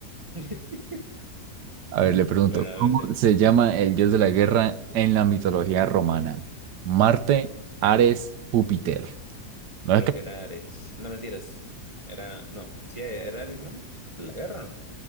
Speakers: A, on the right (about 25°); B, on the right (about 80°).
A: <laughs>
B: A ver, le pregunto,
A: Bueno, a
B: ¿cómo
A: veces,
B: se llama el dios de la guerra en la mitología romana? Marte, Ares, Júpiter. ¿No
A: creo
B: es que
A: que era Ares. No, mentiras. Era, no, sí, era Ares, ¿no? La guerra.